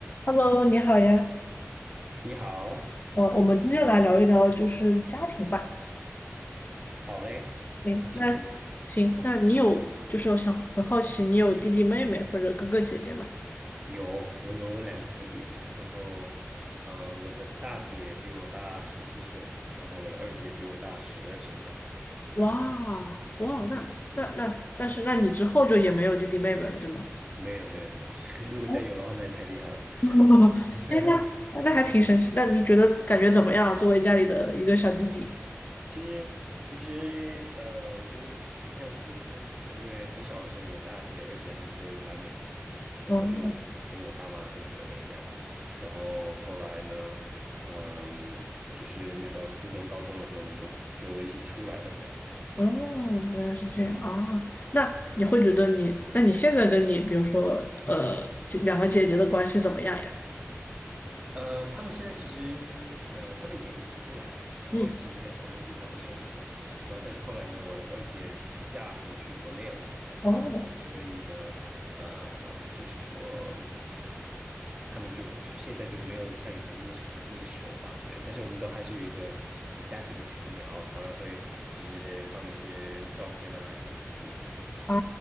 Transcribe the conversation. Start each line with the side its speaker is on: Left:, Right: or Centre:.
Left: Hello，你好呀。
Right: 你好，
Left: 呃，我们今天来聊一聊就是家庭吧。
Right: 好嘞，
Left: 诶，
Right: 我挺
Left: 那行，那你有就是我想很好奇，你有弟弟妹妹或者哥哥姐姐吗？
Right: 有，我有两个姐姐，然后，呃，我的大姐比我大十四岁，然后我的二姐比我大十二岁，这样。
Left: 哇哇，
Right: 对，<laughs>
Left: 那那那，但是那你之后就也没有弟弟妹妹了，对吗？
Right: 没有没有没有，<laughs> 如果再有的话，
Left: 哦，
Right: 那就太厉害了。
Left: <laughs>
Right: <laughs>
Left: 哎，那那还挺神奇。那你觉得感觉怎么样？作为家里的一个小弟弟？
Right: 其实其实呃，我觉得挺像独生子的，因为很小的时候，我大姐、二姐她们就来美国了，然后就我跟我爸妈在国内这样，
Left: 哦
Right: 然后后来呢，嗯，就是念到初中、高中的时候，我们就就一起出来了这样，
Left: 哦，
Right: 对。
Left: 原来是这样啊。那你会觉得你，那你现在跟你比如说呃姐两个姐姐的关系怎么样呀？
Right: 呃，他们现在其实，呃，他们以前一起出来，然后一起在同一个地方生活，
Left: 嗯。
Right: 然后但是后来呢，我的二姐嫁回去国内了，
Left: 哦，
Right: 然后所以呢，呃，嗯，就是说，嗯，他们就现在就没有像以前那么熟那么熟吧，对，但是我们都还是有一个有家庭的群聊，常常会就是放一些照片啊，一些影片，对，
Left: 啊，